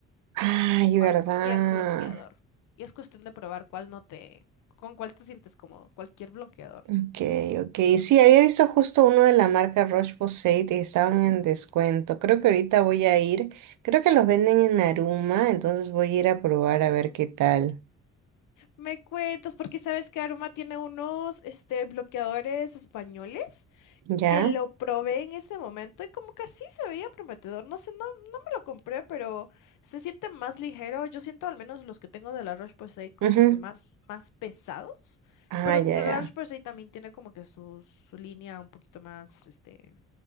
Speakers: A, on the right; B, on the left.
A: Ay,
B: cualquier
A: ¿verdad?
B: bloqueador. Y es cuestión de probar cuál no te, con cuál te sientes cómodo, cualquier bloqueador.
A: Ok, ok. Sí, había visto justo uno de la marca Roche-Posay y estaban en descuento. Creo que ahorita voy a ir. Creo que los venden en Naruma, entonces voy a ir a probar
B: Ujú.
A: a ver qué tal.
B: Me cuentas, porque sabes que Aroma tiene unos este, bloqueadores españoles
A: ¿Ya?
B: que lo probé en ese momento y como que sí se veía prometedor. No sé, no, no me lo compré, pero se siente más ligero. Yo siento al menos los que tengo de la Roche-Posay como
A: Ujú.
B: que más, más pesados.
A: Ah,
B: Pero
A: ya,
B: la
A: ya.
B: Roche-Posay también tiene como que su, su línea un poquito más, este,